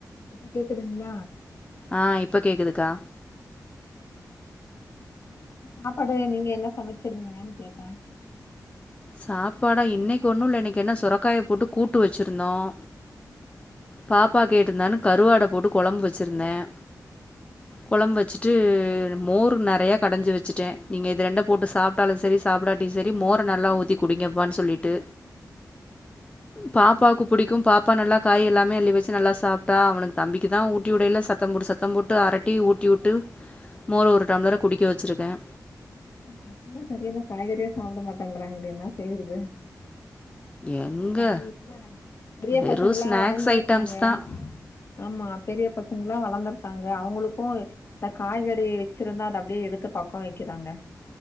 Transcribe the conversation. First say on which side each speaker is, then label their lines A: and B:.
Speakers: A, on the left; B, on the left.
A: இப்ப கேக்குதுங்கல
B: ஆ இப்ப கேக்குதுக்கா
A: சாப்பாடுவே நீங்க என்ன சமச்சிருந்தீங்கன்னு கேட்டா
B: சாப்பாடா இன்னைக்கு ஒண்ணும் இல்ல இன்னைக்கு என்ன சுரக்காய போட்டு கூட்டு வச்சிருந்தோம் பாப்பா கேட்டுருந்தானு கருவாட போட்டு குழம்பு வச்சிருந்தேன் குழம்பு வச்சுட்டு மோர் நறைய கடைஞ்சு வச்சுட்டேன் நீங்க இது ரெண்ட போட்டு சாப்பிட்டாலும் சரி சாப்பிடாட்ட சரி மோர நல்லா உத்தி குடிங்கப்பான்னு சொல்லிட்டு பாப்பாவுக்கு புடிக்கும் பாப்பா நல்லா காய் எல்லாமே அள்ளி வச்சு நல்லா சாப்பிட்டா அவனுக்கு தம்பிக்கு தான் ஊட்டி விடையில் சத்தம்ம்பட்டு சத்தம் போட்டு அரட்டி ஊட்டி விட்டு மோரு ஒரு டம்ளர் குடிக்க வச்சுருக்கேன்
A: பசங்க சரிய காய்கறியா சாப்பிட மாட்டாங்கறாங்களே என்னா செய்யாது
B: எங்கே
A: என் வீட்டுல பெரிய
B: வெறும்
A: பசங்களாம்
B: ஸ்நாக்ஸ்
A: வளர்ந்திருக்காங்க
B: ஐட்டம்ஸ் தான்
A: ஆமா பெரிய பசங்க வளர்ந்திருக்காங்க அவங்களுக்கும் இந்த காய்கறி வச்சிருந்தா அதை அப்படியே எடுத்து பக்கம் வைக்கிறாங்க